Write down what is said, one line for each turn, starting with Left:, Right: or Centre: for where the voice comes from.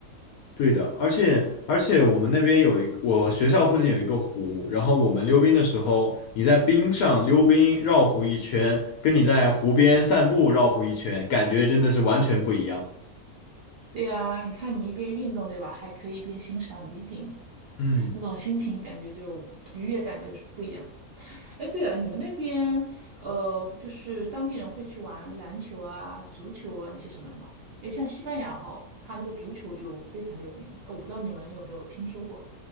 Left: 对的，而且而且我们那边有一，我学校附近有一个湖，然后我们溜冰的时候，你在冰上溜冰绕湖一圈，跟你在湖边散步绕湖一圈，感觉真的是完全不一样。
Right: 对呀，你看你一边运动，对吧？还可以一边欣赏美景，
Left: 嗯。
Right: 那种心情感觉就愉悦感就是不一样。哎，对了，你们那边呃，就是当地人会去玩篮球啊、足球啊那些什么的吗？哎，像西班牙哈，它那个足球就非常有名，呃我不知道你们有没有听说过。